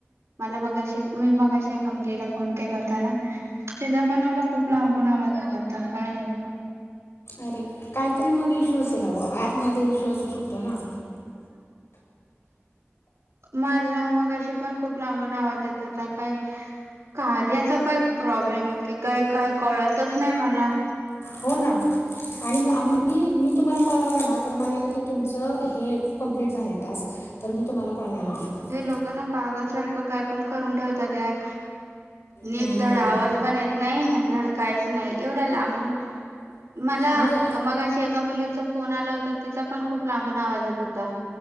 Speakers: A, on the right; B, on the left.
A: मला मग अशी मी मग अशी एका मुलीला फोन केला होता ना तिचा पण मला खूप लांबून आवाज येत होता काय माहित का
B: अरे काहीतरी मग इशू असेल ऍप मध्ये इशू असू शकतो ना
A: मारला मगाशी पण खूप लांबून आवाज येत होता काय कार्याचा काय प्रॉब्लेम आहे की काही काय कळतच नाही मला
B: हो ना आणि मग आम्ही म तला कॉल लावताना म कम्पलिट त हेप् झालंय टास्क तर हि तुम्हाला कॉल नाही लावू शकत
A: हे लोकांना पागलसारखं काय पण करून ठेवतात यार नीटधड
B: हम्म.
A: आवाज पण येत नाही आणिधड काहीच नाही एवढा लांबून मला
B: म्हणजे
A: मग अशी एका मुली त फोन आला होता तिचा पण खूप लांबून आवाज येत होता